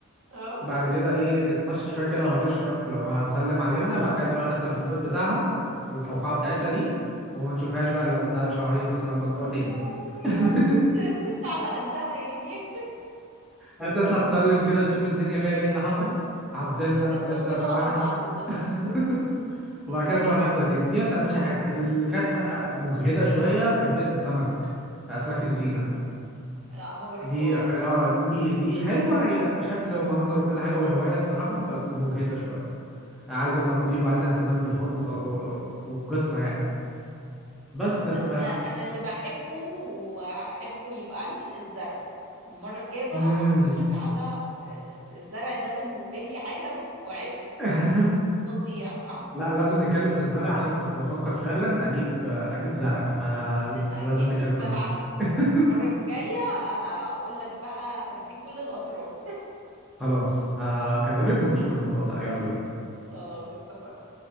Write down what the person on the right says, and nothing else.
اه
يعني
الست الست على قدها يعني
<laughs> تطمنوا
على
بعض وخلاص
لا ما جربتهاش
بصراحه
مم.
لا
انا انا اللي بحبه واحبه يبقى عندي الزرع المرة الجاية بقى
احكي لك على آه، الز- الزرع ده بالنسبة لي عالم وعشق
فظيع
<laughs>
جيت
لي في
ملعبي
المرة الجاية هقول لك بقى هديك كل الأسرار
خلاص اتفقنا